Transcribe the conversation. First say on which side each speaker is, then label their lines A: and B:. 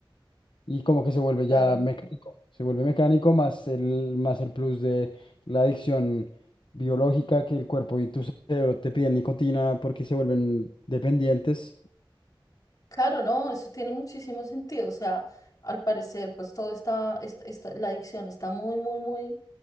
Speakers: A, on the left; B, on the left.
A: y como que se vuelve
B: Claro.
A: ya mecánico, se vuelve mecánico más el, más el plus de la adicción biológica que el cuerpo y tu cerebro te piden nicotina porque se vuelven dependientes
B: Claro, no, eso tiene muchísimo sentido. O sea, al parecer, pues todo está, est- esta- la adicción está muy, muy, muy